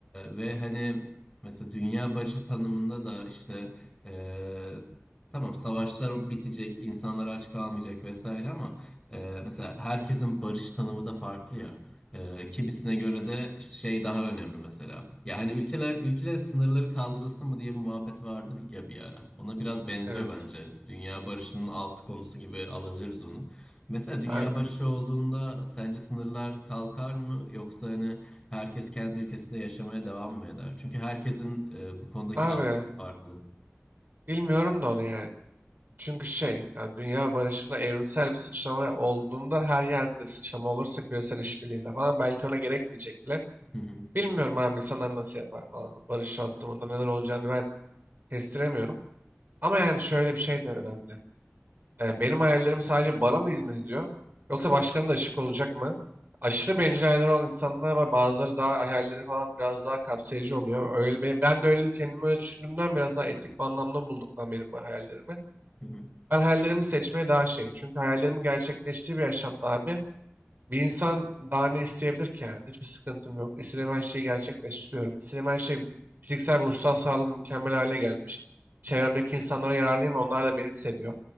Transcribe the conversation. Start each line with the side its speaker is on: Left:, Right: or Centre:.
Left: ve hani mesela dünya barışı tanımında da işte e, tamam savaşlar bitecek, insanlar aç kalmayacak vesaire ama e, mesela herkesin barış tanımı da farklı ya. Ee, kimisine göre de işte şey daha önemli mesela. Ya hani ülkeler ülkelere sınırları kaldırılsın mı diye bir muhabbet vardı ya bir ara. Ona biraz benziyor
Right: Evet.
Left: bence. Dünya barışının alt konusu gibi alabiliriz onu. Mesela dünya
Right: Abi.
Left: barışı olduğunda sence sınırlar kalkar mı yoksa hani herkes kendi ülkesinde yaşamaya devam mı eder? Çünkü herkesin e, bu konudaki
Right: Abi.
Left: algısı farklı.
Right: Bilmiyorum da onu yani. Çünkü şey, yani dünya barışında evrimsel bir sıçrama olduğunda her yerde sıçrama olursa küresel işbirliğinde falan belki ona gerekmeyecek bile.
Left: Hı hı.
Right: Bilmiyorum abi insanlar nasıl yapar falan. Barış ortamında neler olacağını ben kestiremiyorum. Ama yani şöyle bir şey de önemli. E, benim hayallerim sadece bana mı hizmet ediyor? Yoksa başkalarına da açık olacak mı? Aşırı bencil hayalleri olan insanlar var. Bazıları daha hayalleri falan biraz daha kapsayıcı oluyor. Öyle benim, ben de öyle kendimi öyle düşündüğümden biraz daha etik bir anlamda buldum ben benim bu hayallerimi.
Left: Hı hı.
Right: Ben hayallerimi seçmeye daha şeyim. Çünkü hayallerimin gerçekleştiği bir yaşamda abi bir insan daha ne isteyebilir ki yani? Hiçbir sıkıntım yok. İstediğim her şeyi gerçekleştiriyorum. İstediğim her şey fiziksel ve ruhsal sağlığım mükemmel hale gelmiş. Çevremdeki insanlara yararlıyım ve onlar da beni seviyor.